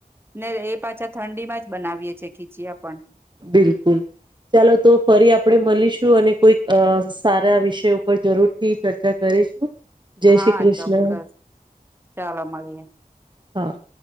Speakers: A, on the right; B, on the right.
A: ને એ. પાછા ઠંડીમાં જ બનાવીએ છીએ ખીચયા પણ.
B: બિલકુલ ચાલો તો ફરી આપણેે મળીશું અને કોઈક અ સારા વિષય ઉપર જરૂર થી ચર્ચા કરીશું. જય
A: હા
B: શ્રી કૃષ્ણ
A: ચોક્કસ ચાલો મળીએે.
B: હા.